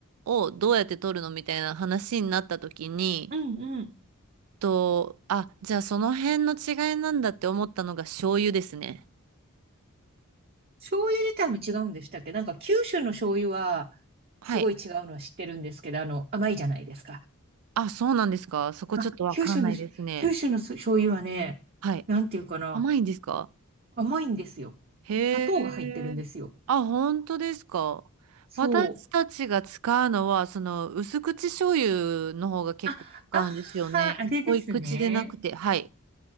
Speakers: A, on the right; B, on the right.
A: をどうやって取るのみたいな話になった時に、
B: うんうん。
A: と、あ、じゃあその辺の違いなんだって思ったのが醤油ですね。
B: 醤油自体も違うんでしたっけなんか九州の醤油は
A: はい。
B: すごい違うのは知ってるんですけど、あの、甘いじゃないですか。
A: あ、そうなんですか。そこちょっとわかんないですね。
B: あ、九州の九州の醤油はね、
A: はい。
B: なんていうかな、
A: 甘いんですか
B: 甘いんですよ。
A: へえ。
B: 砂糖が入ってるんですよ。
A: あ、本当ですか。
B: そう。
A: 私たちが使うのは、その、薄口醤油の方が結構使うんですよね。
B: あ、あー、あれですね。
A: 濃い口でなくて。はい。